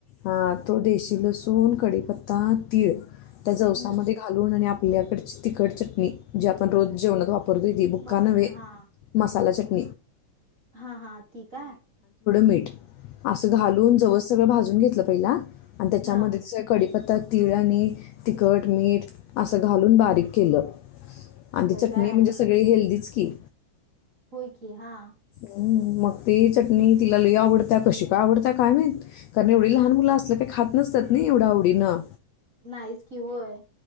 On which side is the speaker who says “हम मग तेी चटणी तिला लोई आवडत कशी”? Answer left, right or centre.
Left